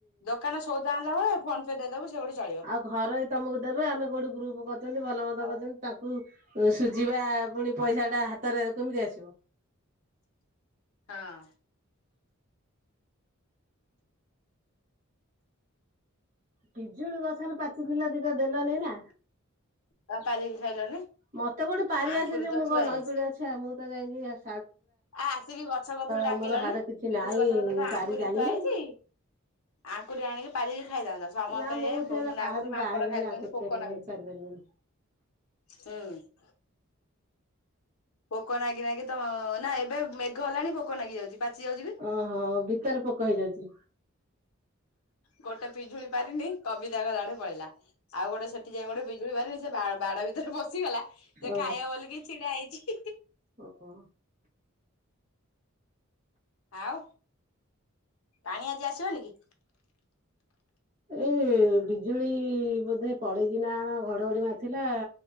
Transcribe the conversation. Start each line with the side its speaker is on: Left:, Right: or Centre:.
Left: ଦୋକାନ ସଉଦା ଆଣଲା ବେଳେ ଫୋନ ପେ ଦେଇଦବ ସେ ଗୋଟେ ଚଳ
Right: ଆଉ ଘରୋଇ ତମୁକୁ ଦେବେ ଆମେ କୋଉଠି ଗ୍ରୁପ କରିଛନ୍ତି, ଭଲ ମନ୍ଦ
Left: ଆଉ
Right: କରିଛନ୍ତି ତାଙ୍କୁ ସୁଝିବା ପୁଣି ପଇସାଟା ହାତରେ କେମିତି ଆସିବ।
Left: ହଁ।
Right: ପିଜୁଳି ଗଛରେ ପାଚିଥିଲା ଦିଟା ଦେଲ ନେଇ ନା।
Left: ତମେ ପାରିକି ଖାଇଲନି।
Right: ମତେ କୋଉଠି ପାରି
Left: ଆଙ୍କୁରି
Right: ଆସେ ଯେ
Left: ତ
Right: ମୁଁ
Left: ଥୁଆ
Right: କଁ ନଈକୁଳିଆ
Left: ହେଇଛି
Right: ଛୁଆ ମୁଁ ତ ଯାଇକି ଆସ
Left: ଆସିକି ଗଛ କତୁରୁ ଡାକିଲନି
Right: ଆମର ହାଡେ କିଛି
Left: ପିଜୁଳି
Right: ନାହିଁ
Left: ଗଛ କତିରେ ତ
Right: ପାରି
Left: ଆଙ୍କୁରି
Right: ଜାଣିନି
Left: ଥୁଆ ହେଇଚି। ଆଙ୍କୁରି ଆଣିକି ପାରିକି ଖାଇଥାନ୍ତ ସମସ୍ତେ
Right: ନା ମୁଁ ସେରା
Left: ଖାଇ
Right: ବାହାରକୁ
Left: ନାଗୁଛି ମାଙ୍କଡ
Right: ବାହାରେନି
Left: ଖାଇ ଦଉଛନ୍ତି
Right: ଆଙ୍କୁରି
Left: ପୋକ
Right: ପାରିବିନି
Left: ଲାଗୁଚି।
Right: ପାରିପାରିବିନି
Left: ହୁଁ। ପୋକ ନାଗି ନାଗି ତ ନା ଏ ଏବେ ମେଘ ହେଲାଣି ପୋକ ଲାଗି ଯାଉଛି ପାଚି ଯାଉଛି ବି।
Right: ଓହୋ ଭିତରେ ପୋକ ହେଇଯାଉଛି
Left: ଗୋଟେ ପିଜୁଳି ପାରିନି କବିତା ଘର ଆଡେ ପଳେଇଲା ଆଉ ଗୋଟେ ସେଠି ଯାଇଏ ଗୋଟେ ପିଜୁଳି ପାରିଲି ସେ ବାଡ ଭିତରେ ପସିିଗଲା ସେ
Right: ଓ
Left: ଖାଇବା ବୋଲି ଛିଡା ହେଇଚି ହୀଈ
Right: ଓହୋ
Left: ଆଉ ପାଣି ଆଜି ଆସିବନି କି?
Right: ଏଇ ବିଜୁଳି ଇ ବୋଧେ ପଳେଇଚିନା କଣ ଘଡଘଡି ମାରିଥିଲା